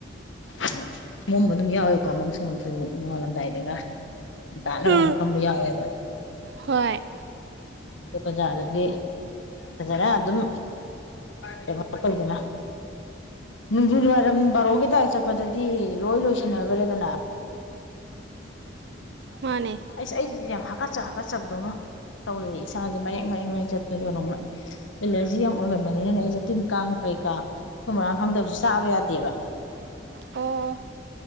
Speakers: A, on the left; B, on the right.
A: ꯐꯝ ꯃꯝꯕ ꯁꯨ ꯌꯥꯎꯋꯦꯕꯀꯣ ꯃꯝꯁꯨ ꯃꯝꯁꯨ ꯅꯣꯡꯉꯥꯜꯂꯝꯗꯥꯏꯗꯒ ꯉꯟꯇꯥꯅꯒ
B: ꯎꯝ
A: ꯑꯗꯨꯝ ꯐꯝꯕ ꯌꯥꯎꯋꯦꯕ
B: ꯍꯣꯏ
A: ꯑꯣ ꯕꯖꯥ꯭ꯔꯗꯒꯤ ꯐꯖꯔ ꯑꯗꯨꯝ ꯀꯩꯅꯣ ꯇꯧꯏꯗꯅ ꯅꯨꯡꯊꯤꯜ ꯋꯥꯏꯔꯝ ꯕꯥꯔꯣ ꯀꯗꯥꯋꯥꯏ ꯆꯠꯄꯗꯗꯤ ꯂꯣꯏ ꯂꯣꯏꯁꯟꯅꯈ꯭ꯔꯦꯗꯅ
B: ꯃꯥꯅꯦ
A: ꯑꯩꯁ ꯑꯩꯁꯦ ꯌꯥꯝ ꯍꯥꯀꯠꯆ ꯍꯥꯀꯠꯆꯕꯗꯧꯅ ꯇꯧꯔ ꯏꯁꯥꯁꯦ ꯃꯔꯦꯛ ꯃꯔꯦꯛ ꯃꯔꯦꯡ ꯆꯞꯄ ꯀ ꯑꯦꯂꯔꯖꯤ ꯌꯥꯝ ꯑꯣꯏꯒꯟꯕꯅꯤꯅ ꯑꯩꯁꯨꯦ ꯇꯤꯟ ꯀꯥꯡ ꯀꯩꯀꯥ ꯊꯨꯝ ꯃꯔꯥꯡ ꯈꯪꯗꯕꯁꯨ ꯆꯥꯕ ꯌꯥꯗꯦꯕ
B: ꯑꯣ